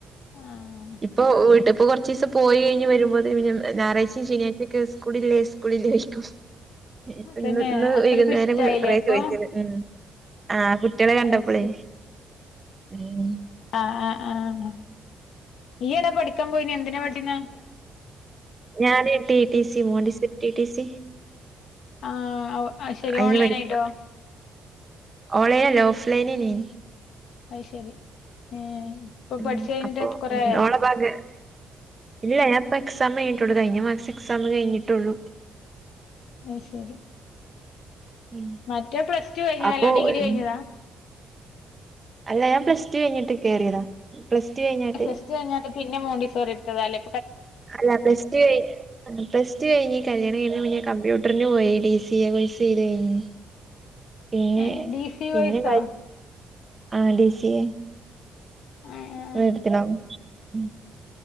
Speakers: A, on the left; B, on the right.
A: ആഹ്
B: ഇപ്പൊട്ട ഇപ്പൊ കുറച്ച് ദിവസം പോയി കഴിഞ്ഞ് വരുമ്പോത് ഇന് ഞായറാഴ്ചയും ശനാ സ്കൂളിലേ സ്കൂളിൽ വക്കും ഇപ്പൊ
A: അതന്നെ
B: ഇന്ന് ഇന്ന്
A: അത്രക്കും
B: വൈകുന്നേരം
A: ഇഷ്ടായില്ലേ
B: കൊറേ
A: അപ്പൊ
B: ചോദിച്ചല് ഉം.. ആഹ കുട്ടികളെ കണ്ടപ്പോളേ
A: അത്
B: ഉം
A: ആഹ ആഹ ആഹ ഈ എടാ പഠിക്കാൻ പോയിന് എന്തിനാ പഠിച്ച <inaudible>
B: ഞാനേ ടി ടി സി മോഡി ടിടി സി
A: ആഹ് ശരി
B: അതിന്
A: ഓൺലൈൻ
B: പഠി
A: ആയിട്ടോ
B: ഓൺലൈൻ അല്ലെ ഓഫ പലെനിനീ
A: അയ് ശരി ഏഹ് ഇപ്പൊ
B: ഉ
A: പഠിച്ചു കഴിഞ്ഞിട്ട്
B: അപ്പൊ
A: കൊറേ
B: ഉ
A: ആയോ
B: ഓളപ്പാഗ ഇല്ല ഞാൻപ്പൊ എക്സാം കഴിഞ്ഞട്ടുള്ളു കഴിഞ്ഞ മാസം എക്സാം കഴിഞ്ഞിട്ടുള്ളു.
A: അയ് ശരി
B: ഉം
A: മറ്റേ പ്ലസ് ടു കഴിഞ്ഞതല്ല
B: അപ്പൊ
A: ഡിഗ്രി
B: ഉം,
A: കഴിഞ്ഞതാ
B: അല്ല ഞാൻ പ്ലസ്റ്റു കഴിഞ്ഞിട്ട് കയറിയതാ പ്ലസ്- ടു കഴിഞ്ഞാട്ട്
A: ഫ്രസ്റ്റ് കഴിഞ്ഞാല് പിന്നെ മോണ്ടിസോർ എടുത്തതാല്ലേ
B: അല്ല പ്ലസ് ടു കഴ പ്ലസ് ടു കഴിഞ്ഞ് കല്യാണം കഴ <unintelligible> കമ്പ്യൂട്ടറിന് പോയി ഡി സി എ പോസ് ചെയ്ത്ഴ <unintelligible> പിന്നെ
A: ഏ ഡി സി
B: പിന്നെ
A: വോയ്സോ
B: ആ ഡി. സി. എ
A: ആ ആ
B: ത്തി <unintelligible>